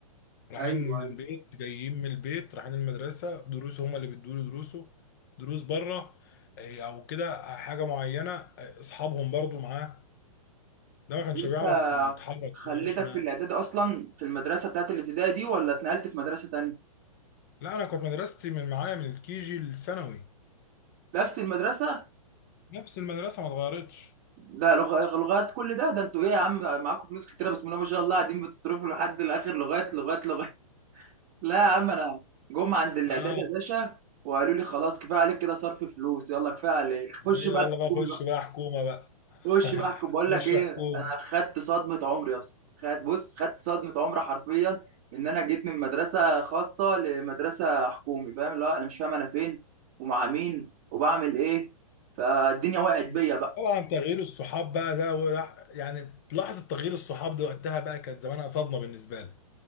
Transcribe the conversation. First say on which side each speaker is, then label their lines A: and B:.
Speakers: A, on the left; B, on the right.
A: رايحين
B: ايوه
A: من
B: أيوة.
A: البيت جايين من البيت رايحين المدرسه دروسه هما اللي بيدوا له دروسه دروس بره آه، او كده آه، حاجه معينه آه، اصحابهم برضو معاه ده ما كانش
B: انت
A: بيعرف يتحرك
B: خليتك
A: يمين ولا شمال
B: في الاعدادي اصلا في المدرسه بتاعت الابتدائي دي ولا اتنقلت في مدرسه تانية
A: لا انا كنت مدرستي من معايا من الكيجي للثانوي
B: نفس المدرسه
A: نفس المدرسه ما اتغيرتش
B: ده لغ- لغات كل ده ده انتوا ايه يا عم معاكم فلوس كتيره بسم الله ما شاء الله قاعدين بتصرفوا لحد الاخر لغايه لغايه لغايه لا يا عم انا جم عند الاعداد
A: اه
B: يا باشا وقالوا لي خلاص كفايه عليك كده صرف فلوس يلا كفايه عليك خش
A: أيوة،
B: بقى الحكومي
A: يلا بقى خش
B: بقى
A: بقى حكومه بقى
B: خش
A: <laughs>
B: بقى احكم بقول لك
A: خش
B: ايه
A: حكومه
B: انا خدت صدمه عمري يا اسطى خدت بص خدت صدمه عمري حرفيا ان انا جيت من مدرسه خاصه لمدرسه حكومي فاهم لا انا مش فاهم انا فين ومع مين وبعمل ايه فالدنيا وقعت بيا بقى
A: طبعا تغيير الصحاب بقى ده هو- يعني لحظه تغيير الصحاب دي وقتها بقى كانت زمانها صدمه بالنسبه لي